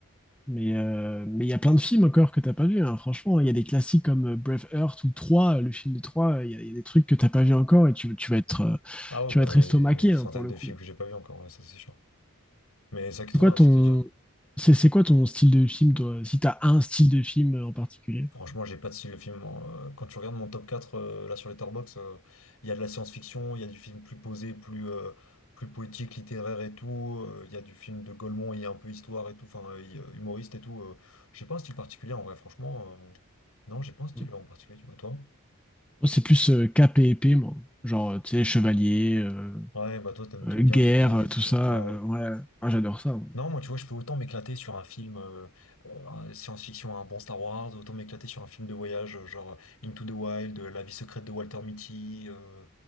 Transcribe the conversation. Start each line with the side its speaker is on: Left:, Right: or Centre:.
Centre: Mais euh, mais il y a plein de films encore que t'as pas vu, hein. Franchement, il y a des classiques comme euh, Braveheart ou 3 le film de 3 il y a, il y a des trucs que t'as pas vu encore et tu, tu vas être, euh,
Left: Ah ouais,
Centre: tu
Left: bah,
Centre: vas être
Left: il
Centre: estomaqué
Left: y a des centaines
Centre: hein, pour le
Left: de
Centre: coup.
Left: films que j'ai pas vus encore, ouais, ça c'est sûr. Mais ça qui est trop
Centre: C'est quoi
Left: bien,
Centre: ton,
Left: c'est de te dire.
Centre: c'est c'est quoi ton style de film, toi? Si t'as un style de film euh, en particulier?
Left: Franchement, j'ai pas de style de film. hein. Euh, Quand tu regardes mon top 4 euh, là sur Letterboxd, euh, il y a de la science-fiction, il y a du film plus posé, plus, euh, plus poétique, littéraire et tout. euh, Il y a du film de Gaulmont, il y a un peu histoire et tout, enfin euh, il- euh, humoriste et tout. euh. J'ai pas un style particulier en vrai, franchement. euh, Non, j'ai pas un style
Centre: Mm.
Left: en particulier, tu vois. Toi?
Centre: Moi, c'est plus euh, cap et épée, moi. Genre, euh, tu sais, chevalier, euh,
Left: Ouais, bah toi, t'aimes t'aimes
Centre: euh, guerre,
Left: bien Viking
Centre: euh,
Left: et
Centre: tout
Left: tout.
Centre: ça.
Left: hein.
Centre: euh,
Left: Ouais.
Centre: ouais, Moi, j'adore ça. moi.
Left: Non, moi, tu vois, je peux autant m'éclater sur un film euh, euh, un science-fiction, un bon Star Wars, autant m'éclater sur un film de voyage, euh, genre Into the Wild, euh, La vie secrète de Walter Mitty, euh,